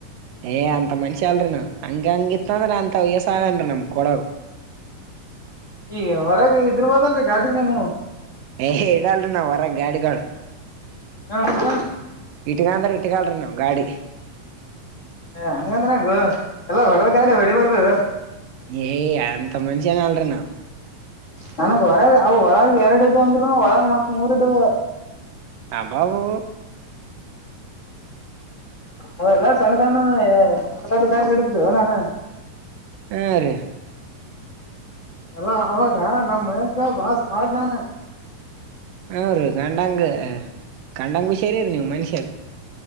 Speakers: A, on the right; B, on the left.
A: ಏ್ ಅಂತ ಮನಷಿ ಅಲ್ಲರಿ ನವು ಹಂಗ ಹಂಗಿತ್ತಂದ್ರೀ ಅಂತ ಅಸದನ್ೀ ನಮ್ ಕೊೂಡ
B: ಈಗ ಹೊರಗೆ ಇದ್ರಬೋದಲ್ರರಿ ಗಾಡಿಿನ ನೀವು
A: ಏ ಇಡಲ್ರಿ ನಾವ್ ಗಾಡಿಗಳು
B: ಹಾ ಹೌದಾ
A: ವೀಟ್ಟ ಕಾಂಂತ್ರ ಇಟ್ಟ ಕಾಳ್ರ ನವು ಗಾಡಿ
B: ಹಂಗಂದ ನಂಗು ಎಲ್ಲ ಹೊಡೆದ ಗಾಡಿ ಹೊಡಿಬಾರ್ದು
A: ಏಯ್ ಎಂತ ಮಷ ಅನ ಅಲ್ಲರಿ ನಾವು
B: ನನಗ್ ಹೊರಗ ಅವು ಒಳಗ ಎರಡದು ಅಂದ್ರರು ಒಳಗ ಮತ್ ಮೂರ್ದು
A: ಹಬಬು
B: ಅವಲ್ಲ ಸಣ್ಣ ಸಣ್ಣ ಸ ಇಡ್ದ ನಾನು
A: ಹಾ ರೀ
B: ಎಲ್ಲ ಅವಾಗ ನಮ್ ಮಗ ಬಾಸ್ ಮಾಡ್ಲಾನ
A: ಹ್ರೀ ಗಂಡಂಗ ಗಂಡಂಗ ಹುಷಾರಿರಿ ನೀವು ಮನ್ಷ್ಯಲ್